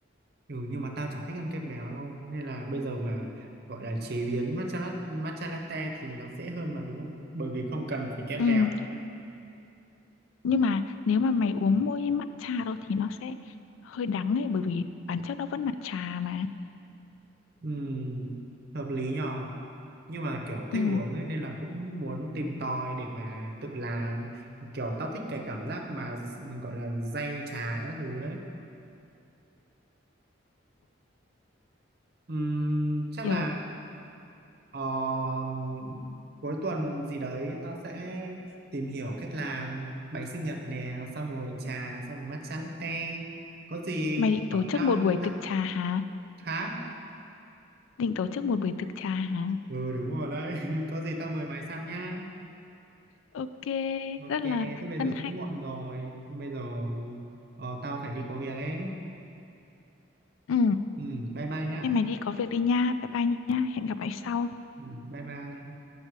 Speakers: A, on the right; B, on the left.
A: Ừ, nhưng mà tao chả thích ăn kem béo đâu nên là bây giờ mà gọi là chế biến matcha latte, matcha latte thì nó dễ hơn mà đúng không bởi vì không cần phải kem
B: Ừ,
A: béo
B: nhưng mà nếu mà mày uống mỗi matcha đâu thì nó sẽ hơi đắng ấy bởi vì bản chất nó vẫn là trà mà.
A: Ừm, hợp lý nhờ nhưng mà kiểu thích
B: Ừ,
A: uống ấy nên là cũng muốn tìm tòi để mà tự làm kiểu tao thích cái cảm giác mà gọi là day trà các thứ ấy Ừm, chắc
B: kiểu
A: là Ờ, cuối tuần gì đấy tao sẽ tìm hiểu cách làm bánh sinh nhật nè xong rồi trà xong rồi matcha latte có gì
B: mày định tổ chức
A: tao
B: một buổi tiệc
A: thắc
B: trà hả?
A: hả
B: Định tổ chức một buổi tiệc trà hả?
A: ừ đúng rồi đấy <laughs> có gì tao mời mày sang nhá
B: Ok,
A: ok
B: rất
A: thế
B: là
A: bây
B: hân
A: giờ cũng
B: hạnh.
A: muộn rồi Thế bây giờ ờ, tao phải đi có việc ấy
B: Ừ.
A: ừ bye bye nhá
B: Em mày đi có việc đi nha. Bye bye nha. Hẹn gặp lại sau.
A: ừ, bye bye